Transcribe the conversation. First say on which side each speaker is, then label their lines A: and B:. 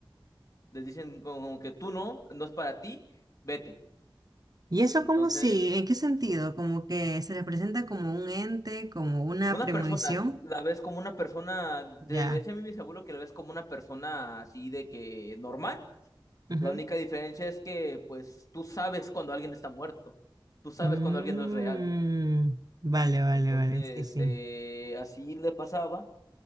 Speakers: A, on the left; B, on the right.
A: les dicen como que tú no, no es para ti, vete.
B: Y eso
A: Entonces...
B: como si, ¿en qué sentido? Como que se les presenta como un ente, como una
A: Una
B: premonición.
A: persona, la ves como una persona, de,
B: Ya.
A: decía a mí mi abuelo que la ves como una persona así de que normal.
B: Ujú.
A: La única diferencia es que pues tú sabes cuando alguien está muerto, tú sabes
B: Mm,
A: cuando alguien no es real.
B: Vale, vale,
A: Entonces,
B: vale, sí, sí.
A: eh, así le pasaba.